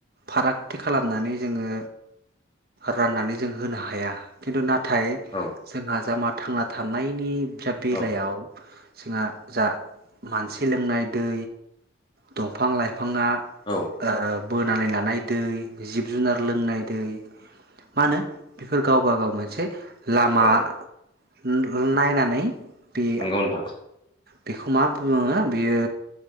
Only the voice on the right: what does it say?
फारागथि खालामनानै जोङो राननानै जों होनो हाया खिन्थु ना थाय
जोंहा जाम थांना थानायनि जा बेलायाव
जोंहा जा मानसि लोंनाय दै दंफां लाइफ फांआ
ओ बोनानै लानाय दै जिब जुनार लोंनाय दै मा होनो बेफोर गावबा गाव मोनसे लामा।
उम उम नायनानै बे
बेखौ मा बुङो बेयो